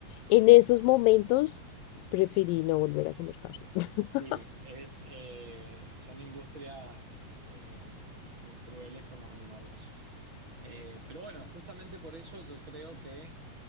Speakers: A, on the left; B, on the right.
A: en esos momentos preferí no volver a comer carne. <laughs>
B: Sí, es, eh, son industrias eh, muy crueles con los animales. Eh, pero bueno, justamente por eso yo creo que,